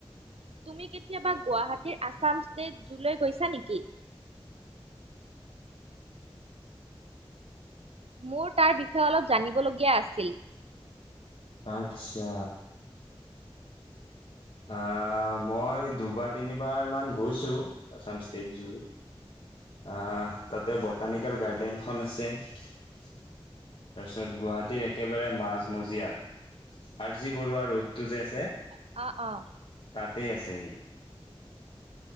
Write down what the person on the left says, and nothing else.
আচ্ছা। আহ ', মই দুবাৰ তিনিবাৰ মান গৈছো আছাম ষ্টেট জু। আহ', তাতে বটানিকেল গাৰ্ডেনখন আছে তাৰপিছত গুৱাহাটীৰ একেবাৰে মাজমজিয়াত আৰ জি বৰুৱা ৰোদটো যে আছে।
তাতেই আছে হি